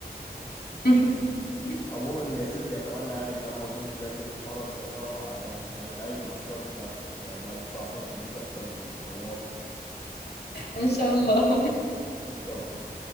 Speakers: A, on the left; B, on the left.
A: <laughs>
B: عموما يا ستي اتمنى يعني ان انا ما اكونش راكب في مره الطياره واقع يعني مش مش عايز الافكار بتاعت بعد الساعه 12 دي تحصل في الواقع يعني
A: ان شاء الله
B: ان شاء الله